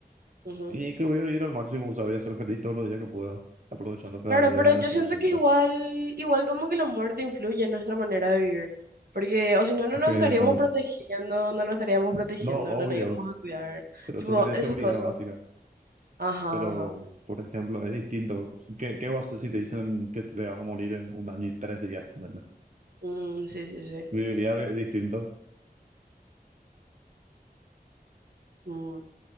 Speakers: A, on the right; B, on the right.
A: Ujú.
B: Y que voy a vivir al máximo, o sea, voy a ser feliz todos los días que pueda, aprovechando cada
A: Claro,
B: día
A: pero
B: y agradecido
A: yo siento
B: siempre.
A: que igual, igual como que la muerte influye en nuestra manera de vivir, porque o si no, no nos
B: Que
A: estaríamos
B: como,
A: protegiendo, no nos estaríamos protegiendo,
B: no, obvio,
A: no nos íbamos a cuidar,
B: pero
A: tipo,
B: eso sería
A: esas
B: seguridad
A: cosas.
B: básica.
A: Ajá,
B: Pero,
A: ajá.
B: por ejemplo, es distinto. ¿Qué, qué vas a hacer si te dicen que te vas a morir en un año y tres días? ¿Verdad?
A: Mm, sí, sí, sí.
B: Viviría de- distinto.
A: Mm.